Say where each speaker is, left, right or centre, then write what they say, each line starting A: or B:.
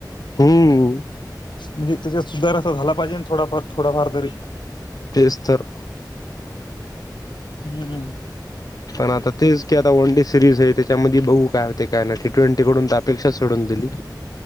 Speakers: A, on the left; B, on the left.
A: हम्म
B: म्हणजे त्याच्यात सुधार अस झाला पाहिजे थोडाफार थोडाफार तरी
A: तेचतर
B: हम्मम्.
A: पण आता तेच ते आता वन डे सिरीजे, त्याच्यामध्ये बघू काय होते काय नाय, ते ट्वेंटी कडून तर अपेक्षाच सोडून दिली.